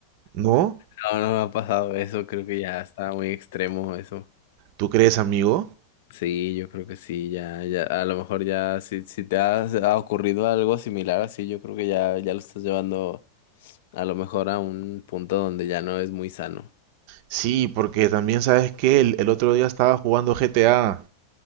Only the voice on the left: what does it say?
No, no no me ha pasado eso, creo que ya está muy extremo eso.
Sí, yo creo que sí, ya, ya, a lo mejor ya, si, si te has- ha ocurrido algo similar así, yo creo que ya, ya lo estás llevando a lo mejor a un punto donde ya no es muy sano.